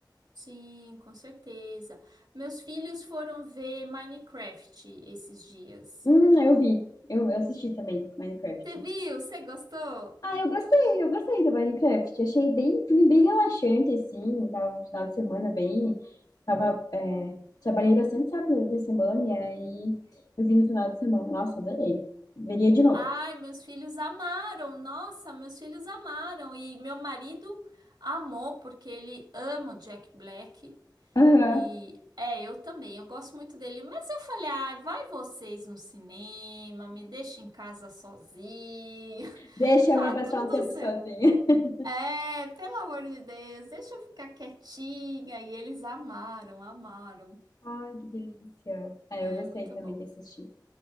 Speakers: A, on the right; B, on the left.
A: Sim, com certeza. Meus filhos foram ver Minecraft esses dias.
B: Hum, eu vi. Eu, eu assisti também Minecraft.
A: Você viu? Você gostou?
B: Ah, eu gostei, eu gostei do Minecraft. Achei bem, filme bem relaxante, assim. Tava no final de semana bem. Tava, é, trabalhei bastante, sabe, durante a semana. E aí eu vi no final de semana. Nossa, adorei. Veria de novo.
A: Ai, meus filhos amaram. Nossa, meus filhos amaram. E meu marido amou porque ele ama o Jack Black.
B: Aham.
A: E é, eu também, eu gosto muito dele. Mas eu falei, ai, vai vocês no cinema, me deixa em casa sozinho. <laughs>
B: Deixa
A: Tá
B: a mãe passar
A: tudo
B: um tempo
A: certo.
B: sozinha. <laughs>
A: É, pelo amor de Deus, deixa eu ficar quietinha. E eles amaram, amaram.
B: Ai, que delícia. Ah,
A: É,
B: eu gostei
A: muito
B: também
A: bom.
B: de assistir.